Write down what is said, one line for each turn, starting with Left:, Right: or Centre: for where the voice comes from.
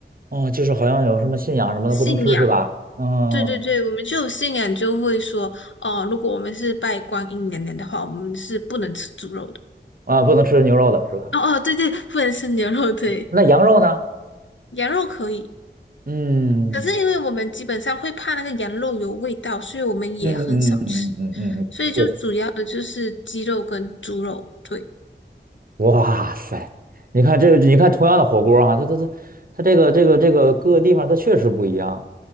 Right: 哦，就是好像有什么信仰什么的不能吃是吧？
Left: 信仰，
Right: 嗯
Left: 对对对，我们就有信仰，就会说，哦、如果我们是拜观音娘娘的话，我们是不能吃猪肉的。
Right: 啊，不能吃牛肉的是吧？
Left: 哦哦，对对，不能吃牛肉，对，
Right: 那羊肉呢？
Left: 羊肉可以。
Right: 嗯。
Left: 可是因为我们基本上会怕那个羊肉有味道，所以我们也很少吃。
Right: 嗯嗯嗯嗯嗯嗯，嗯对，
Left: 所以就主要的就是鸡肉跟猪肉，对。
Right: 哇塞，你看这，你看同样的火锅啊，它它它它这个这个这个各个地方它确实不一样。